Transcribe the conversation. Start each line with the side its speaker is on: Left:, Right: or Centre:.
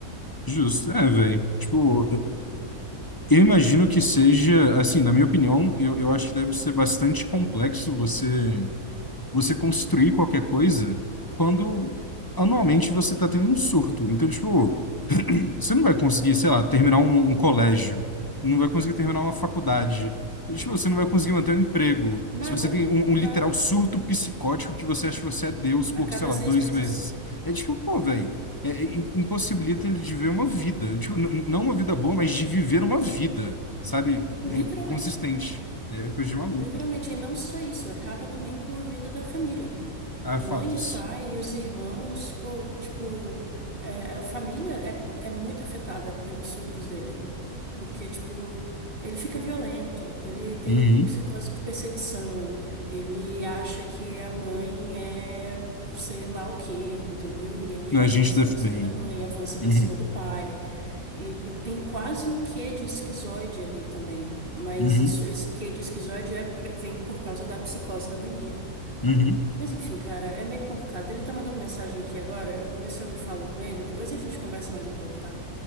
Left: Justo. É, velho. Tipo, Eu imagino que seja, assim, na minha opinião, eu, eu acho que deve ser bastante complexo você você construir qualquer coisa quando anualmente você está tendo um surto. Então, tipo, você não vai conseguir, sei lá, terminar um, um colégio, não vai conseguir terminar uma faculdade, Tipo, você não vai conseguir manter um emprego.
Right: Nada,
Left: Se você tem um, um
Right: nada.
Left: literal surto psicótico que você acha que você é Deus por,
Right: A cada
Left: sei lá,
Right: seis
Left: dois
Right: meses.
Left: meses. É tipo, pô, velho, é, é, im- impossibilita ele de ver uma vida. Tipo, n- n- não uma vida boa, mas de viver uma vida, sabe?
Right: Literalmente.
Left: É consistente. É é coisa de maluco.
Right: Literalmente. E não só isso, acaba também com a vida da família.
Left: Ah,
Right: A mãe,
Left: fatos.
Right: o pai os irmãos, pô, tipo, é, a família é, é muito afetada pelos surtos dele. Porque, tipo, ele fica violento, ele tem
Left: Uhum.
Right: psicose de perseguição, ele acha que a mãe é sei lá o quê, entendeu? E aí ele
Left: A
Right: avança
Left: gente da FBI.
Right: pra cima da mãe, avança pra
Left: Uhum.
Right: cima do pai. E, e tem quase um quê de esquizoide ali também. Mas
Left: Uhum.
Right: isso, esse quê de esquizoide é- vem por causa da psicose da mania.
Left: Uhum.
Right: Mas enfim, cara, é meio complicado. Ele tá mandando mensagem aqui agora, eu vou ver se eu falo com ele, depois a gente conversa mais um pouco, tá?